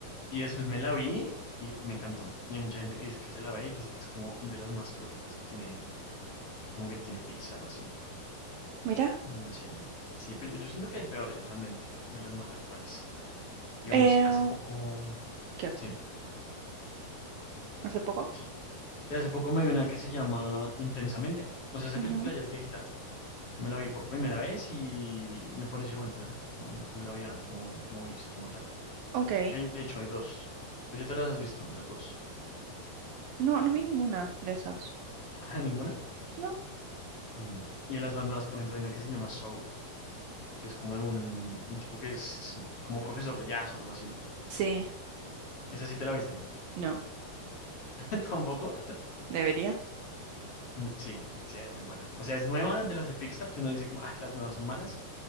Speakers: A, on the left; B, on the right.
A: Y después me la vi y me encantó. Y hay mucha gente que dice que se la ve y dice que es como de las más flojitas que tiene, que como que tiene Pixar o así.
B: Mira.
A: No sé. Sí, pero yo, yo siento que hay peores realmente, de las más actuales. Digamos,
B: Eh,
A: hace poco,
B: ¿qué?
A: sí,
B: hace poco.
A: sí. Y hace poco me vi una que se llama Intensamente. O sea, esa
B: Ujú.
A: película ya es viejita. Me la vi por primera vez y me pareció buena. Bueno, que me la había como, como visto como tal.
B: Ok.
A: Que hay- de hecho, hay dos. ¿Tú ya te las has visto, las dos?
B: No, no vi ninguna de esas.
A: <laughs> ¿Ninguna?
B: No.
A: Mm. Y de las más nuevas, por ejemplo, hay una que se llama Soul que es como de un, un tipo que es como profesor de jazz o algo así.
B: Sí,
A: ¿Esa sí te la viste?
B: no,
A: <laughs> ¿Tampoco?
B: debería.
A: Mm, Sí, sí, es muy buena. O sea, es nueva de las de Pixar, que uno dice, como, ay, las nuevas son malas,